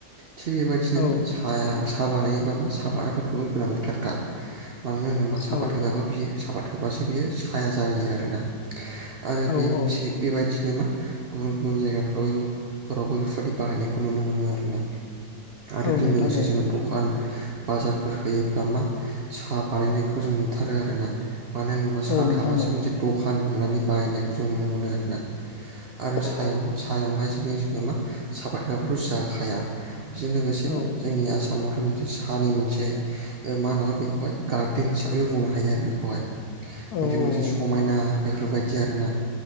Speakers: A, on the right; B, on the left.
A: टिभि बायदिसिना
B: औ
A: मा साया साहा बानायोबा मा सापादतआथ' जोबोर गोनांथारखा मानो होनोबा सापात
B: औ
A: होबाबो बियो साबाद होबासो बियो साया जाहैयो आरोना आरो
B: औ
A: बे
B: औ
A: फि बेबायदिनो मा गुबुन गुबुन जायगाफ्राव फोरावबो बेफोरबायदि बाहायनायखौ नुनो मोनो आरोना आरो
B: औ
A: बेजों
B: नोंथां
A: लोगोसे
B: औ
A: जोङो दखान बाजारफोर होयोब्ला मा साहा बानायनायखौ जों नुथारो आरोना मानो होनोब्ला सा
B: औ नोंथां
A: थाबासो
B: औ
A: मोनसे दखान होनानै बाहायनायखौ जों नुनो मोनो आरोना आरो
B: औ
A: सायाव
B: औ
A: सायावहाय जुदि जोङो मा साफात होआबाथ' जाखाया बेजों लोगोसे
B: औ
A: मा जोंनि आसामावथ' मोनसे सानि मोनसे ओ मा होन' बेखौहाय गार्देन हिसाबैबो बुंनो हायो आरो बेखौहाय
B: औ
A: मोनसे मोनसे
B: औ
A: समायना
B: नोंथां औ
A: बेफोरबायदि आरोना